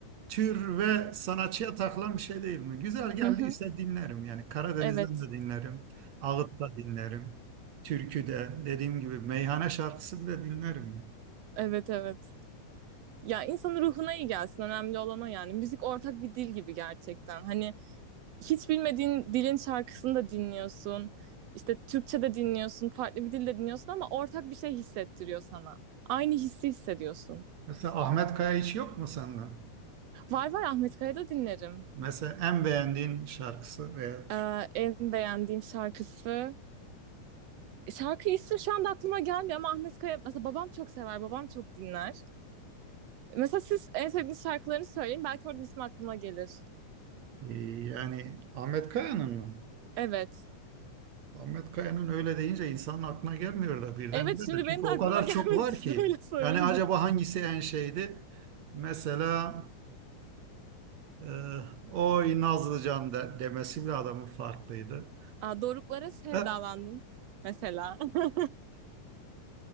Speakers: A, on the right (about 65°); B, on the right (about 85°).
A: tür ve sanatçıya takılan bir şey değil mi? Güzel geldiyse
B: Hı hı.
A: dinlerim yani. Karadeniz'den
B: Evet.
A: de dinlerim. Ağıt da dinlerim. Türkü de dediğim gibi meyhane şarkısı bile dinlerim ya.
B: Evet evet. Ya insanın ruhuna iyi gelsin. Önemli olan o yani. Müzik ortak bir dil gibi gerçekten. Hani hiç bilmediğin dilin şarkısını da dinliyorsun. İşte Türkçe de dinliyorsun, farklı bir dilde dinliyorsun ama ortak bir şey hissettiriyor sana. Aynı hissi hissediyorsun.
A: Mesela Ahmet Kaya hiç yok mu senden?
B: Var var Ahmet Kaya'da dinlerim.
A: Mesela en beğendiğin şarkısı veya tür-
B: Ee, en beğendiğim şarkısı. Şarkı ismi şu anda aklıma gelmiyor ama Ahmet Kaya mesela babam çok sever, babam çok dinler. Mesela siz en sevdiğiniz şarkılarını söyleyin belki oradan ismi aklıma gelir.
A: Ee, yani Ahmet Kaya'nın mı?
B: Evet.
A: Ahmet Kaya'nın öyle deyince insanın aklına gelmiyor da birdenbire
B: Evet şimdi
A: de.
B: benim
A: Çünkü
B: de
A: o
B: aklıma
A: kadar
B: <laughs> gelmedi
A: çok var
B: siz
A: ki.
B: öyle sorunca.
A: Yani acaba hangisi en şeydi? Mesela e, oy Nazlıcan de, demesi bile adamın farklıydı.
B: Aa, Doruklara sevdalandım
A: E,
B: mesela. <laughs>